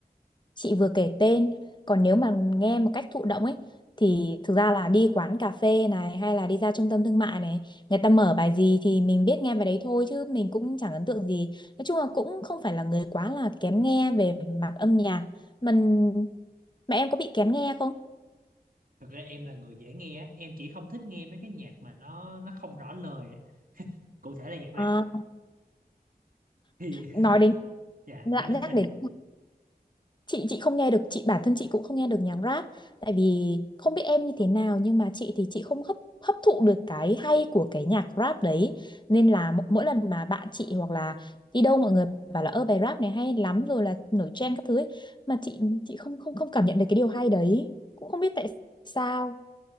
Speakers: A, on the left; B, on the right.
A: chị vừa kể tên còn nếu mà nghe một cách thụ động ấy thì thực ra là đi quán cà phê này hay là đi ra trung tâm thương mại này người ta mở bài gì thì mình biết nghe bài đấy thôi chứ mình cũng chẳng ấn tượng gì nói chung là cũng không phải là người quá là kén nghe về mặt âm nhạc mình mà em có bị kén nghe không
B: thực ra em là người dễ nghe á. em chỉ không thích nghe mấy cái nhạc mà nó nó không rõ lời á. cụ thể là nhạc
A: Ờ,
B: rap thì <laughs>
A: nói đến
B: dạ
A: lại
B: nói đến
A: nhắc
B: sao
A: đến
B: chị
A: chị chị không nghe được chị bản thân chị cũng không nghe được nhạc rap tại vì không biết em như thế nào nhưng mà chị thì chị không hấp hấp thụ được cái hay của cái nhạc rap đấy nên là mỗ- mỗi lần mà bạn chị hoặc là đi đâu mọi người bảo là ơ bài rap này hay lắm rồi là nổi trend các thứ ấy. mà chị chị không không không cảm nhận được cái điều hay đấy cũng không biết tại sao